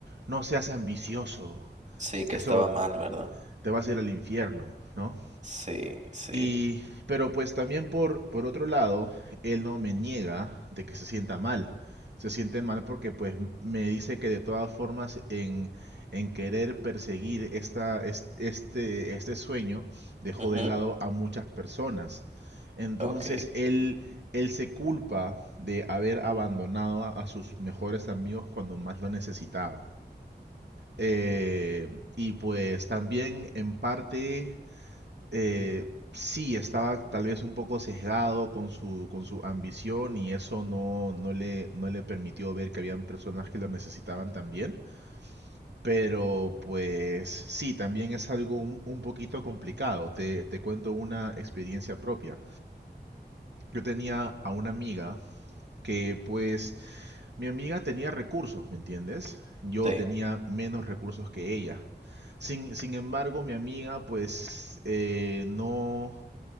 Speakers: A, on the right; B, on the right.
A: no seas ambicioso,
B: Sí, que
A: eso
B: estaba mal, ¿verdad?
A: te vas a ir al infierno, ¿no?
B: Sí, sí.
A: Y, pero pues también por, por otro lado, él no me niega de que se sienta mal. Se siente mal porque pues me dice que de todas formas en, en querer perseguir esta, es- este, este sueño dejó
B: Ujú,
A: de lado a muchas personas. Entonces
B: Ok.
A: él, él se culpa de haber abandonado a, a sus mejores amigos cuando más lo necesitaban. Eh, y pues también en parte eh, sí, estaba tal vez un poco sesgado con su, con su ambición y eso no, no le, no le permitió ver que habían personas que lo necesitaban también. Pero pues sí, también es algo un, un poquito complicado. Te, te cuento una experiencia propia. Yo tenía a una amiga que pues mi amiga tenía recursos, ¿me entiendes? Yo
B: Sí.
A: tenía menos recursos que ella. Sin, sin embargo, mi amiga pues eh, no,